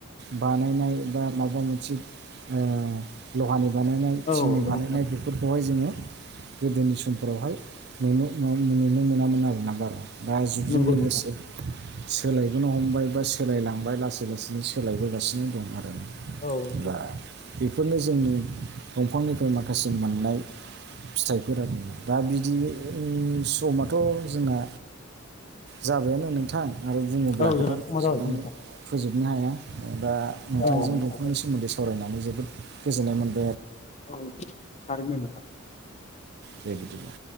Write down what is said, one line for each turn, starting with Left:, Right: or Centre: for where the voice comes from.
Right: बानायनाय बा माबा मोनसे ओ लहानि बानायनाय
Left: औ
Right: थिंनि
Left: नंगौ
Right: बानायनाय
Left: नोंथां
Right: बेफोरखौहाय जोङो गोदोनि समफोरावहाय नुनो मोनामोन आरोना बारा दा जुगजों
Left: नंगौ
Right: लोगोसे
Left: नोंथां
Right: सोलायबोनो हमबाय बा सोलायलांबाय लासै लासैनो सोलायबोगासिनो दं आरो ना
Left: औ
Right: ।
Left: नंगौ
Right: दा बेफोरनो जोंनि दंफांनिफ्राय माखासे मोननाय फिथाइफोर आरो ना दा बिदि समथ' जोंना जाबायानो नोंथां । आरो बुङोब्ला
Left: औ
Right: खोथाखौ
Left: जोंना समा
Right: फोजोबनानै
Left: जाबायमोन नोंथां
Right: फोजोबनो हाया दा नोंथांजों
Left: औ नोंथां
Right: दंफांनि सोमोन्दै सवरायनानै जोबोद गोजोननाय मोनदों ।
Left: औ थारैनो नोथां
Right: दे बिदिब्ला